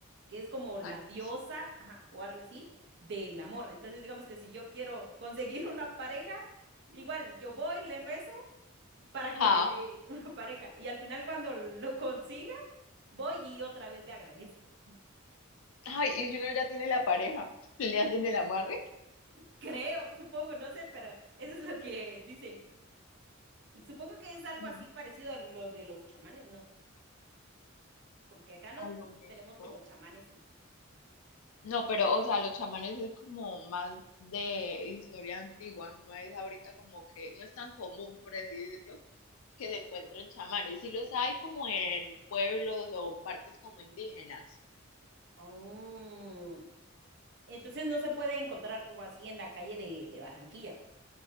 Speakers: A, on the right; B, on the left.
A: que es como la
B: Ah, no.
A: diosa, ajá, o algo así, del amor. Entonces, digamos que si yo quiero conseguir una pareja, igual yo voy, le rezo para
B: Ajá.
A: que me dé <laughs> una pareja. Y al final, cuando lo consiga, voy y otra vez le agradezco. <laughs>
B: Ay, y si uno ya tiene la pareja, <laughs> le hacen el amarre.
A: Creo, supongo, no sé, pero eso es lo que dicen. Supongo que es algo
B: Mm,
A: así parecido a lo de los chamanes, ¿no? Porque acá no
B: A lo mejor.
A: tenemos como chamanes en sí.
B: No, pero, o sea, los chamanes es como más de historia antigua, no es ahorita como que, no es tan común, por así decirlo, que se encuentren chamanes. Sí los hay como en pueblos o partes como indígenas.
A: Oh. Entonces no se puede encontrar como así en la calle de, de Barranquilla.